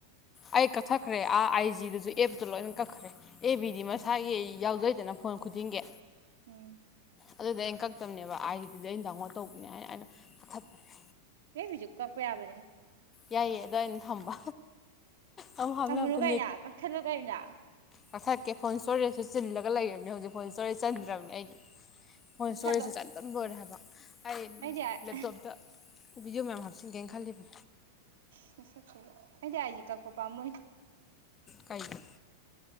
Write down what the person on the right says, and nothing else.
ꯎꯝ
ꯑꯦꯞ ꯕꯤ ꯖꯨ ꯀꯛꯄ ꯌꯥꯕꯅꯦ
ꯊꯃꯅꯨ ꯀꯥꯏꯅ ꯀꯛꯈꯦꯜꯂꯨ ꯀꯥꯏꯅ
ꯀꯛꯊꯠꯂꯣ
ꯑꯩꯗꯤ ꯑꯁ
ꯁꯁꯛꯕ ꯑꯩꯗꯤ ꯑꯩꯗꯤ ꯀꯛꯄ ꯄꯥꯝꯃꯣꯏ